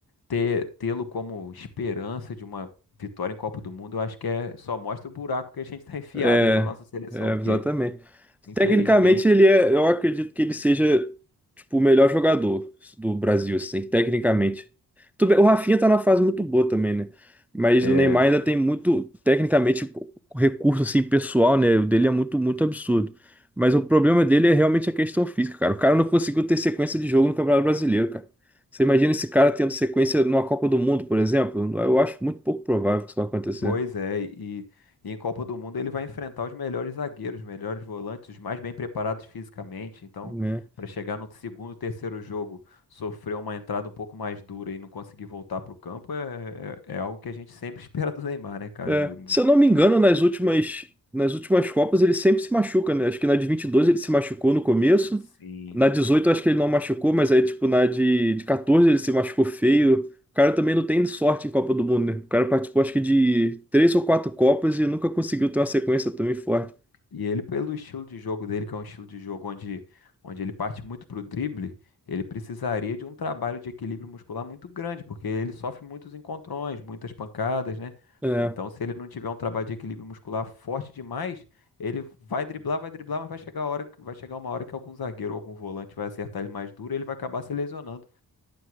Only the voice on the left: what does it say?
ter, tê-lo como esperança de uma vitória em Copa do Mundo, eu acho que é, só mostra o buraco que a gente <laughs> está enfiado
aí com a nossa seleção,
porque
infelizmente.
é,
Pois é, e, e em Copa do Mundo ele vai enfrentar os melhores zagueiros, os melhores volantes, os mais bem preparados fisicamente. Então,
para chegar no segundo, terceiro jogo, sofrer uma entrada um pouco mais dura e não conseguir voltar para o campo é, é, é algo que a gente sempre <laughs> espera do Neymar, né, cara?
No- no-
no-
sim.
E ele, pelo estilo de jogo dele, que é um estilo de jogo onde, onde ele parte muito pro drible, ele precisaria de um trabalho de equilíbrio muscular muito grande, porque ele sofre muitos encontrões, muitas pancadas, né?
Então, se ele não tiver um trabalho de equilíbrio muscular forte demais, ele vai driblar, vai driblar, mas vai chegar a hora, que- vai chegar uma hora que algum zagueiro, ou algum volante vai acertar ele mais duro, e ele vai acabar se lesionando.